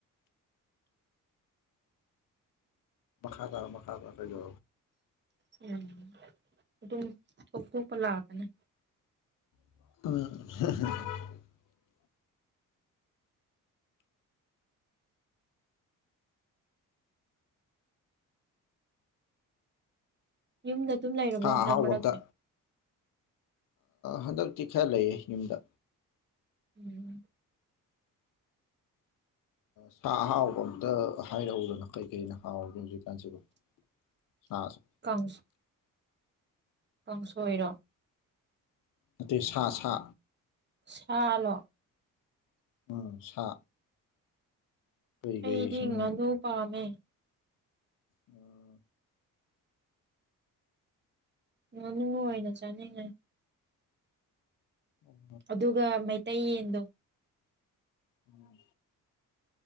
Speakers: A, on the left (about 65°); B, on the right (about 30°).
A: ꯃꯈꯥ ꯇꯥ ꯃꯈꯥ ꯇ ꯀꯗꯣ
B: ꯎꯝ ꯑꯗꯨꯝ ꯊꯣꯛꯇꯣꯄ ꯂꯥꯛꯀꯅꯤ
A: <inaudible>
B: ꯌꯨꯝꯗ ꯑꯗꯨꯝ ꯂꯩꯔꯕꯣ
A: ꯁꯥ
B: ꯍꯟꯗꯛ
A: ꯑꯍꯥꯎꯕ
B: ꯃꯔꯛꯁꯦ
A: ꯑꯝꯇ ꯍꯟꯗꯛꯇꯤ ꯈꯔ ꯂꯩꯌꯦ ꯌꯨꯝꯗ
B: ꯎꯝ
A: ꯁꯥ ꯑꯍꯥꯎꯕ ꯑꯝꯇ ꯍꯥꯏꯔꯛꯎꯗꯅ ꯀꯩꯀꯩꯅ ꯍꯥꯎꯒꯦ ꯍꯧꯖꯤꯛꯀꯥꯟꯁꯤꯕꯣ
B: <inaudible>
A: ꯁꯥꯁꯦ
B: ꯀꯥꯡꯁ ꯀꯥꯡꯁꯣꯏ ꯔꯣ
A: ꯅꯠꯇꯦ ꯁꯥ ꯁꯥ
B: ꯁꯥꯂꯣ
A: ꯎꯝ ꯁꯥ ꯀꯩꯀꯩ
B: ꯑꯩꯗꯤ
A: ꯁꯨꯝ
B: ꯉꯅꯨ ꯄꯥꯝꯃꯦ
A: ꯑꯣ
B: ꯉꯥꯅꯨ ꯑꯣꯏꯅ ꯆꯥꯅꯤꯡꯉꯦ
A: ꯎꯝ
B: ꯑꯗꯨꯒ ꯃꯩꯇꯩꯌꯦꯟꯗꯣ
A: ꯎꯝ